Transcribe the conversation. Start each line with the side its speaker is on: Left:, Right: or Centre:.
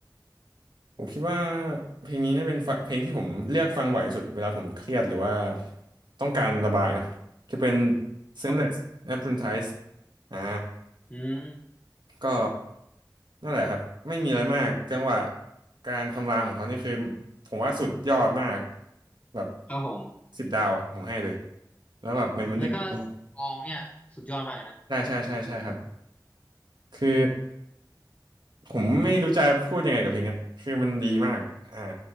Right: ผมคิดว่าเพลงนี้น่าเป็นฟะเพลงที่ผมเลือกฟังบ่อยที่สุดเวลาผมเครียดหรือว่าต้องการระบายเนาะจะเป็น Senseless
Left: ครับผม
Right: Apprentice อ่า
Left: อืม
Right: ก็นั่นแหละครับไม่มีอะไรมากจังหวะการคำรามของเขานี่คือผมว่าสุดยอดมากแบบ
Left: ครับผม
Right: สิบดาวอ่ะผมให้เลยแล้วแบบเหมือนมันดึงเรา
Left: อืมแล้วก็กลองเนี่ยสุดยอดมากเลยนะ
Right: ใช่ใช่ใช่ใช่ครับคือผมไม่รู้จะพูดยังไงกับเพลงเนี้ยคือมันดีมากอ่า